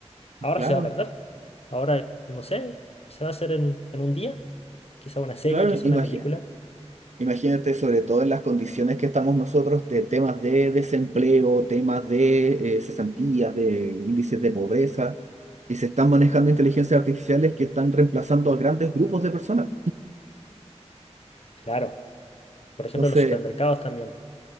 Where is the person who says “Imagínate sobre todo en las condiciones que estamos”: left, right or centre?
Right